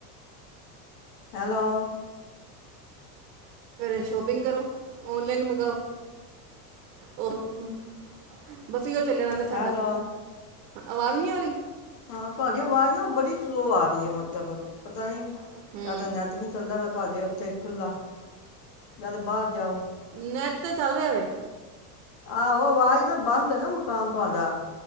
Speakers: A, on the left; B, on the right.
A: ਹੈਲੋ
B: ਫਿਰ ਸ਼ੋਪਿੰਗ ਕਰੋ ਓਨਲਾਈਨ ਮੰਗਵਾਓ ਉਹ ਬਸ ਏਹਿਓ ਚੱਲਿਆ ਰਹਿੰਦਾ ਸਾਡਾ
A: ਹੈਲੋ
B: ਆਵਾਜ਼ ਨਹੀਂ ਆ ਰਹੀ
A: ਹਾਂ ਤੁਹਾਡੀ ਆਵਾਜ਼ ਨਾ ਬੜੀ ਸਲੋਅ ਆ ਰਹੀ ਏ ਮਤਲਬ ਪਤਾ ਨੀ
B: ਹੂੰ
A: ਜਾਂ ਤਾਂ ਨੈਟ ਨੀ ਚੱਲਦਾ ਵ ਤੁਹਾਡੇ ਉੱਥੇ ਖੁੱਲ੍ਹਾ ਨਾ ਤਾਂ ਬਾਹਰ ਜਾਓ
B: ਨੈੱਟ ਤੇ ਚੱਲ ਰਿਹਾ ਵੈ
A: ਆਹੋ ਆਵਾਜ਼ ਨਾ ਬੰਦ ਨਾ ਮਕਾਨ ਤੁਹਾਡਾ